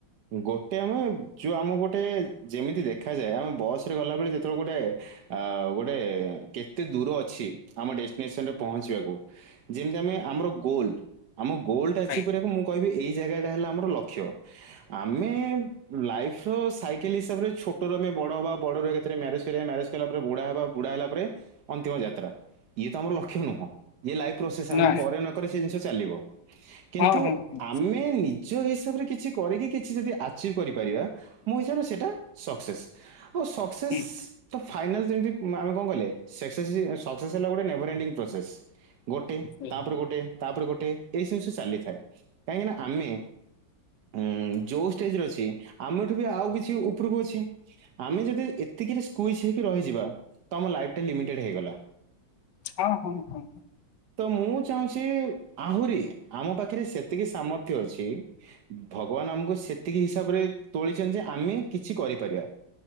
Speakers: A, on the right; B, on the left.
A: ଗୋଟେ ଆମେ ଯୋଉ ଆମ ଗୋଟେ ଯେମିତି ଦେଖାଯାଏ ଆମେ ବସ ରେ ଗଲାବେଳେ ଯେତେବେଳେ ଗୋଟେ ଆ ଗୋଟେ କେତେ ଦୂର ଅଛି ଆମ ଡେଷ୍ଟିନେସନ ରେ ପହଞ୍ଚିବାକୁ ଯେମିତି ଆମେ ଆମର ଗୋଲ ଆମ ଗୋଲ ଟା ଆରଚିଭ
B: ଆଜ୍ଞା ଆଜ୍ଞା।
A: କରିବାକୁ ମୁଁ କହିବି ଏଇ ଜାଗା ଟା ହେଲା ଆମର ଲକ୍ଷ୍ୟ ଆମେ ଲାଇଫ ର ସାଇକେଲ ହିସାବରେ ଛୋଟ ର ଆମେ ବଡ ହବା ବଡ ଏକାଥରେ ମ୍ୟାରେଜ କରିବା ମ୍ୟାରେଜ କଲା ପରେ ବୁଢା ହେବା ବୁଢା ହେଲା ପରେ ଅନ୍ତିମ ଯାତ୍ରା। ଇଏ ତ ଆମର ଲକ୍ଷ କ୍ଷ ନୁହଁ ୟେ ଲାଇଫ ପ୍ରୋସେସ ଆମେ
B: ନା
A: କରେ ନ କରେ ସେ ଜିନିଷ ଚାଲିବ। କିନ୍ତୁ
B: ହଁ ହଁ ହଁ
A: ଆମେ ନିଜ ହିସାବରେ କିଛି କରିକି କିଛି ଯଦି ଆଚିଭ୍ କରିପାରିବା ମୋ ହିସାବରେ ସେଇଟା ସକ୍ସେସ୍। ଆଉ ସକ୍ସେସ୍
B: ହୁଁ
A: ତ ଫାଇନାଲ ଯେମିତି ଆମେ କଣ କହିଲେ ସକ୍ସେ ସକ୍ସେସ୍ ହେଲା ଗୋଟେ ନେଭର ଏଣ୍ଡିଙ୍ଗ ପ୍ରୋସେସ୍। ଗୋଟେ
B: ହୁଁ
A: ତାପରେ ଗୋଟେ ତାପରେ ଗୋଟେ ଏଇ ଜିନିଷ ଚାଲିଥାଏ କାହିଁକିନା ଆମେ ଉ ଯଉ ଷ୍ଟେଜରେ ଅଛି ଆମ ଏଠୁ ବି ଆଉ କିଛି ଉପରକୁ ଅଛି ଆମେ ଯଦି ଏତିକିରେ ସ୍କୁଇଚ ହେଇକି ରହିଯିବା ତମ ଲାଇଫ ଟା ଲିମିଟେଡ ହେଇଗଲା।
B: ହଁ ହଁ ହଁ।
A: ତ ମୁଁ ଚାହୁଁଛି ଆହୁରି ଆମ ପାଖରେ ସେତିକି ସାମର୍ଥ୍ୟ ଅଛି। ଭ ଭଗବାନ ଆମକୁ ସେତିକି ହିସାବରେ ତୋଳିଛନ୍ତି ଯେ ଆମେ କିଛି କରିପାରିବା।